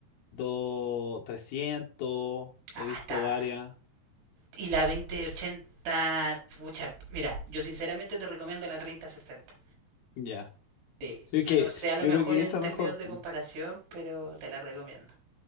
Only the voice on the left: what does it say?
2 trescientos
He visto
varias.
Ya.
Sí,
que
yo
creo que
esa
mejor.